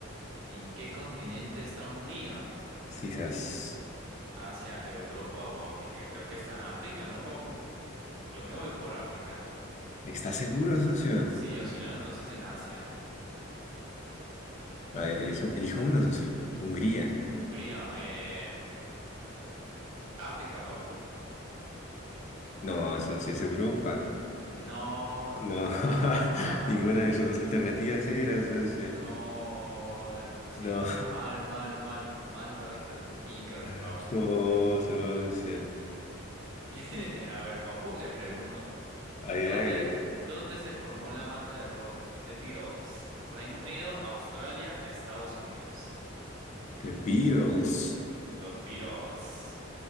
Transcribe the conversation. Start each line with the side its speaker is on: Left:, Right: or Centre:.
Right: ¿En qué continente está Hungría?
Left: Sisas,
Right: Asia, Europa o África. Creo que está en África, ¿no, papu? Yo me voy por África.
Left: ¿estás seguro, socio?
Right: Sí o si no, entonces en Asia.
Left: A ver, elijo, elijo uno, socio. Hungría.
Right: Hungría, eh, África, papu.
Left: No, socio, es Europa.
Right: No, como
Left: No,
Right: que
Left: <laughs>
Right: Europa.
Left: ninguna de sus dos alternativas era, socio.
Right: No, ando sí,
Left: No,
Right: pero mal, mal, mal, mal para las pregunticas,
Left: <laughs>
Right: papu.
Left: no, socio.
Right: <laughs> A ver, papu, le pregunto.
Left: A
Right: ¿Dónde,
Left: ver, hágale.
Right: dónde se formó la banda de rock The Beatles? Reino Unido, Australia, Estados Unidos.
Left: The Beatles.
Right: Los Beatles.